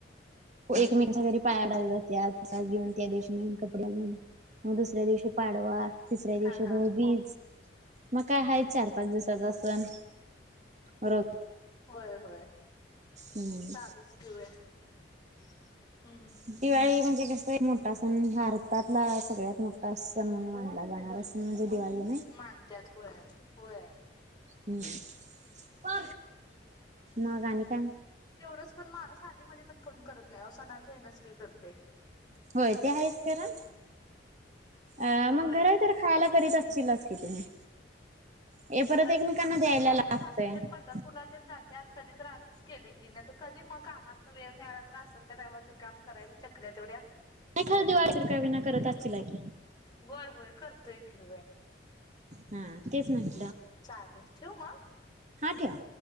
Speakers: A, on the right (about 40°); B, on the left (about 20°).
A: एक मेकिंच्या घरी पायाा पडायला जायचं त्याज घेऊन त्या दिवशी कपडे घालून मग दुसऱ्या दिवशी पाडवा तिसऱ्या दिवशी
B: हा हा
A: भाऊबीज म का हाय चार पाच दिवसाचा सण र
B: होय होय
A: हम्म
B: चालूच की होय हम्म
A: दिवाळी म्हणजे मोठा सण भारतातला सगळ्यात मोठा सण म्हणून मानला जाणार सण दिवाळी ना
B: मानत्यात होय, होय
A: हम्म मग आणि काय
B: तेवढंच पण माणूस आधी म पण करून करत नाही सणाच्या ह्यानच ते करते
A: होय ते आहेच खरं अ
B: होय.
A: मग घरही तर खायला करीत अस ची लाच की तुम्ही हे परत
B: घरात
A: एकमेकांना
B: म्हणजे आ आमच्या
A: द्यायला
B: सासू
A: लागतय
B: सासरे
A: नाही
B: पंढरपूरला जातेत कधी आसच केले के नाही कधी मग कामातन वेळ मिळाला तर असेल त्या टायम काम करायचं चकल तेवढ्या
A: नाही खर दिवजर का विना करत असतील ला की
B: होय होय करतोय की
A: हा तेच मग
B: चहा तेन ठेवू म
A: हा ठेवा